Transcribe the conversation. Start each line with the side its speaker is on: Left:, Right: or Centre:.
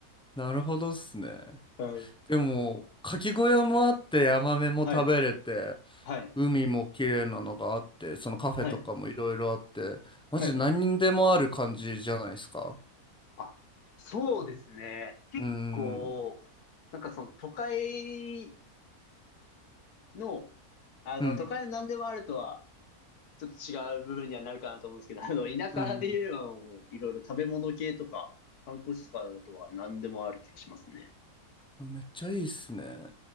Centre: なるほどっすね
Left: はい。
Centre: でもかき小屋もあってヤマメも食べれて
Left: はい。はい。
Centre: 海も綺麗なのがあって、そのカフェとかもいろいろあって、
Left: はい。
Centre: マジで何でもある感じじゃないですか。
Left: はい。あ、そうですね。結構、
Centre: うーん、
Left: なんかその都会の、あの、
Centre: うん、
Left: 都会の何でもあるとはちょっと違う部分にはなるかなと思うんですけど、あの、田舎で言えばもういろいろ食べ物系とか、
Centre: うん。
Left: 観光地とかだとは何でもある気がしますね。
Centre: うんめっちゃいいっすね。